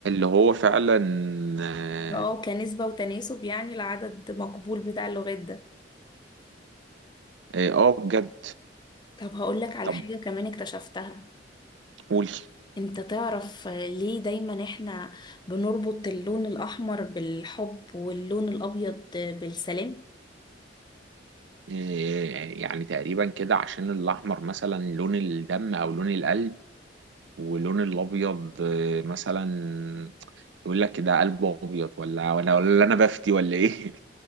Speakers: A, on the right; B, on the left.
A: هو فعلا اه
B: اه كنسبة وتناسب يعني العدد مقبول بتاع اللغات ده
A: آه، بجد
B: طب هقولك على
A: طب
B: حاجة كمان اكتشفتها
A: قولي
B: انت تعرف ليه دايما احنا بنربط اللون الاحمر بالحب واللون الابيض بالسلام
A: إيه يعني تقريبا كده عشان الاحمر مثلا لون الدم او لون القلب واللون الابيض آه، مثلا يقول لك ده قلبه ابيض ولا ولا ولا انا بفتي ولا ايه